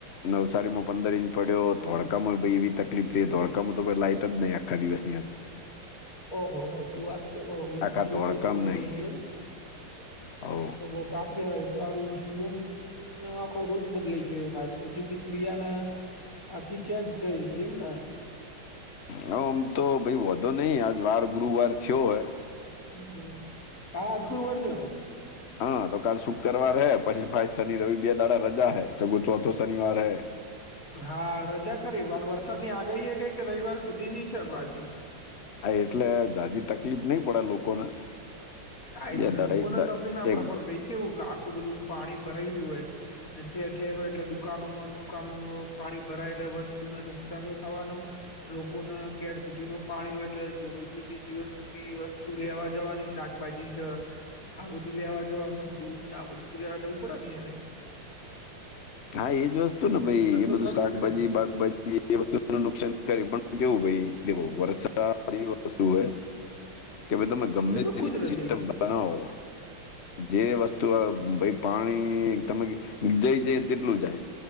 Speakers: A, on the left (about 70°); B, on the left (about 40°).
A: નવસારીમાં પંદર ઇંચ પડ્યો ધોળકામાં ભ એવી તકફ થઈ ધોળકામાં તો ભાઈ લાઈટ જ નહીં આપ આખા દિવસની અજ
B: ઓહ હો શું વાત કરો
A: આખા
B: પુરવઠો
A: ધોળકામ
B: જ ખોવો
A: નહીં
B: રહી જાય એમ
A: હો
B: તો તો બઉ કાટ કે હોય તારું જીવન નો આખો રૂટ બદલાઈ ગયો માર રોજીની ક્રિયા ના આખી ચેન્જ કરી દય એમને
A: હ આમ તો ભાઈ વધો નહીં આજ વાર ગુરુવાર થયો હોય
B: હ હા આજ ગુરુવાર થયો
A: હ તો કાલ શુક્રવાર હે પછી ફાઈ શનિ રવિ બે દાડા રજા હૈ ચગુ ચોથો શનિવાર હે
B: હા રજા ખરી અને વરસાદની આગાહી એ કઈ કે રવિવાર સુધી ની છે બાજરી
A: આ એટલે જાજી તકલીફ નહી પડે લોકોને
B: હા એ
A: બે દાડા
B: લોકોને
A: એક દા
B: તકલીફ ના પડે
A: એક
B: પણ ભાઈ કેવું કે આટલું બધું પાણી ભરાઈ રહ્યું હોય ઠેર ઠેરો એટલે દુકાનો માં દુકાનો પાણી ભરાય એટલે વસ્તુને નુકસાન થવાનું લોકોને ક્યાર સુધી ન પાણી હોય એટલે રોજિંદની જીવનની વસ્તુ લેવા જવાની શાક ભાજી છે આ બધું લેવા જવાનું દ આ બધું તો લેવા જવું પડે ને યારે
A: હા એજ
B: એટલે
A: વસ્તુ ને ભાઈ
B: નુકસાન
A: એ
B: તો
A: બધું
B: ખરું
A: શાકભાજી
B: જ ને એમ.
A: બાકભાજી એ વસ્તુું નુકસાન કરે પણ કેવું ભાઈ વરસાદ એવી વસ્તુ હ કે ભાઈ તમે ગમે
B: એ તો
A: તેટલી
B: કુદરતી
A: સિસ્ટમ બનાવો જે વસ્તુ ભાઈ પાણી તમે જઇ જઈ જેટલું જાય